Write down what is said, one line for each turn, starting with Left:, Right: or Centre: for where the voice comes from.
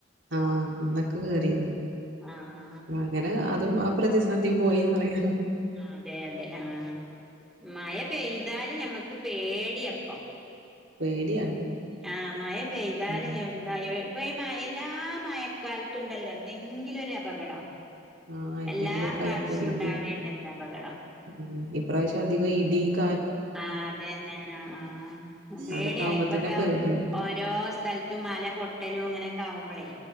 Right: ആഹ് അന്നൊക്കെ കേറിന്നു.
Centre: ആഹ്
Right: അങ്ങനെ അതും ആ പ്രതിസന്ധിയും പോയിന്ന് പറിയാ
Centre: ആഹ് അതെ അതെ ആഹ് മഴ പെയ്താൽ <unintelligible> ഞമ്മക്ക് പേടിയാപ്പം
Right: പേടിയാണ്
Centre: ആഹ് മഴ പെയ്താലും
Right: ഉം
Centre: ഞന്തായെ ഇപ്പ ഈ മഴെ എല്ലാ മഴക്കാലത്തുണ്ടല്ലോ എന്തെങ്കിലൊര് അപകടം
Right: ആഹ് എന്തെങ്കിലൊക്കെ
Centre: എല്ലാ പ്രാവശ്യവും
Right: ആയിട്ട് ഇടി
Centre: ഉണ്ടാവേണ്ടല്ലൊ അപകടം
Right: ഉം ഇപ്രാവശ്യം അധികം ഇടി കാ
Centre: ആഹ് അതന്നെ ആഹ് ആഹ് <unintelligible> പേടിയാണ്
Right: അതൊക്കെ ആവുമ്പോ
Centre: ഇപ്പൊക്കെ
Right: തന്നെ പേടിയാണ്.
Centre: ഓരോ സ്ഥലത്തും മല പൊട്ടലും ഇങ്ങനെക്കാവുമ്പളേ